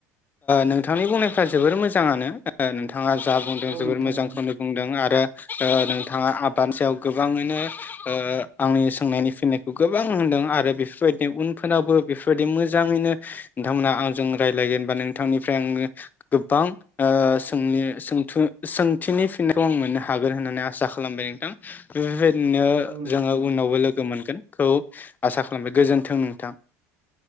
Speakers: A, on the left; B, on the right.
A: नोंथांनि बुंनायफ जोबोर मोजाङानो <unintelligible> बिथाङा जा बुंदों
B: औ
A: जोबोर
B: नोंथां
A: मोजांखौनो
B: औ
A: बुंदों आरो ओ नोंथाङा आबानि सायाव गोबाङैनो ओ आंनि सोंनायनि फिनायखौ गोबां होनदों आरो बेफोर बायदि उनफोरनावबो बेफोर बायदि मोजाङैनो नोंथांमोना आंजों रायज्लायगोनबा नों बिथांनिफ्राय आङो गोबां ओ सों-सोंथु-सोंथिनि फिन्नायखौ आं मोननो हागोन होननानै आसा खालामबाय नोंथां बेबायदि
B: औ नोंथां
A: <unintelligible> जोङो
B: औ
A: उनावबो
B: नोंथां
A: लोगो मोनगोन खौ आसा खालामबाय गोजोन्थों नोंथां